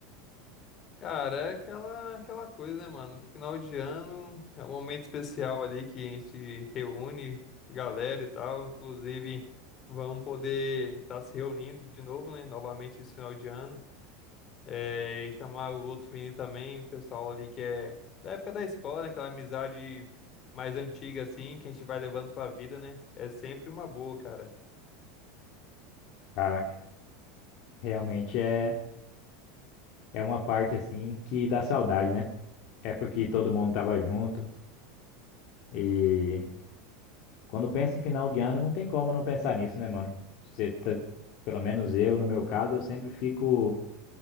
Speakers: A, on the left; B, on the left.
A: Cara, é aquela, aquela coisa, né, mano? Final de ano é um momento especial ali que a gente se reúne, galera e tal. Inclusive, vamos poder estar se reunindo de novo, né? Novamente esse final de ano. É, e chamar os outros meninos também, o pessoal ali que é da época da escola, né? Aquela amizade mais antiga, assim, que a gente vai levando pra vida, né? É sempre uma boa, cara.
B: Cara, realmente é, é uma parte assim que dá saudade, né? É porque todo mundo tava junto e quando pensa em final de ano não tem como não pensar nisso, né, mano? Você tá, pelo menos eu, no meu caso, eu sempre fico.